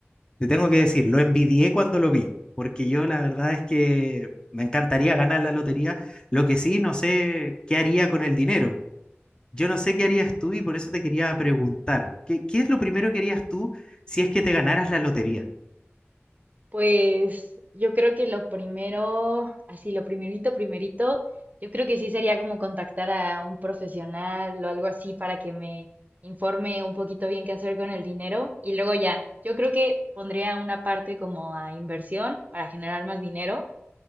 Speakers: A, on the left; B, on the right.
A: te tengo que decir, lo envidié cuando lo vi, porque yo la verdad es que me encantaría ganar la lotería, lo que sí, no sé qué haría con el dinero. Yo no sé qué harías tú y por eso te quería preguntar, ¿qué, qué es lo primero que harías tú si es que te ganaras la lotería?
B: Pues yo creo que lo primero, así lo primerito, primerito, yo creo que sí sería como contactar a un profesional o algo así para que me informe un poquito bien qué hacer con el dinero y luego ya, yo creo que pondría una parte como a inversión para generar más dinero